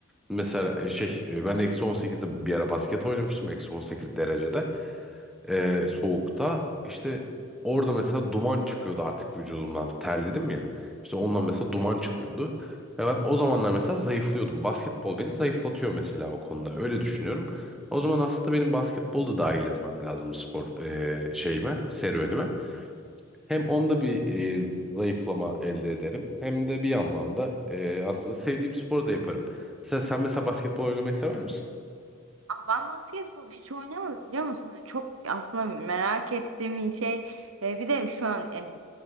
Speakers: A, in the centre; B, on the right.
A: Mesela e, şey e, ben eksi on sekizde bir ara basket oynamıştım eksi 18 derecede e, soğukta. İşte orada mesela duman çıkıyordu artık vücudumdan. Terledim ya. İşte ondan mesela duman çıkıyordu. Ve ben o zamanlar mesela zayıflıyordum. Basketbol beni zayıflatıyor mesela o konuda. Öyle düşünüyorum. O zaman aslında benim basketbolu da dahil etmem lazım spor e, şeyime, serüvenime. Hem onda bir e, zayıflama elde ederim. Hem de bir anlamda e, aslında sevdiğim sporu da yaparım. Mesela sen mesela basketbol oynamayı sever misin?
B: Aa, Ben basketbol hiç oynamadım biliyor musun? Hani Çok aslında merak ettiğim bir şey. E, bir de şu an e, m,